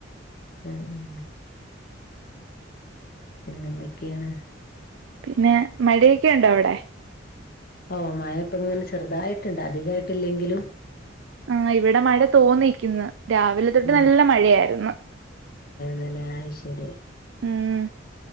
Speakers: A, on the left; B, on the right.
A: ഉ ഉ പിന്നെന്തൊക്കെയാണ്
B: പിന്നെ മടൊക്കെുണ്ടോ അവിടെ?
A: ഓ മായപ്പ ഇങ്ങനെ ചെറുതായിട്ടുണ്ട് അധികമായിട്ടില്ലെങ്കിലും
B: ആഹ ഇവിടെ മഴ തോന്നിക്കുന്നു രാവിലെ തൊട്ട്
A: ആഹ്
B: നല്ല മഴയായിരുന്നു
A: അല ആ് ശരി
B: ഉം